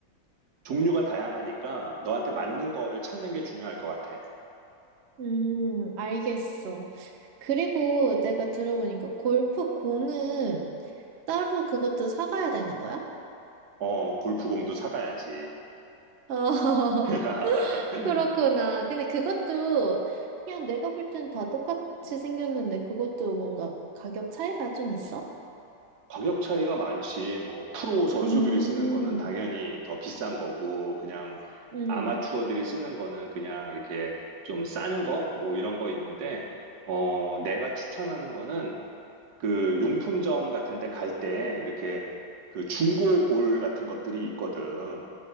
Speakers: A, on the right; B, on the right.
A: 종류가 다양하니까 너한테 맞는 거를 찾는 게 중요할 것 같아.
B: 음, 알겠어. 그리고 내가 들어보니까 골프 공은 따로 그것도 사가야 되는 거야?
A: 어, 골프공도 사가야지.
B: 어,
A: <laughs>
B: <laughs> 그렇구나. 근데 그것도 그냥 내가 볼 땐 다 똑같이 생겼는데 그것도 뭔가 가격 차이가 좀 있어?
A: 가격 차이가 많지. 뭐, 프로 선수들이
B: 음,
A: 쓰는 거는 당연히 더 비싼 거고, 그냥
B: 음,
A: 아마추어들이 쓰는 거는 그냥 이렇게 좀 싼 거? 뭐 이런 거 있는데, 어, 내가 추천하는 거는 그 용품점 같은 데 갈 때 이렇게 그 중고 볼 같은 것들이 있거든.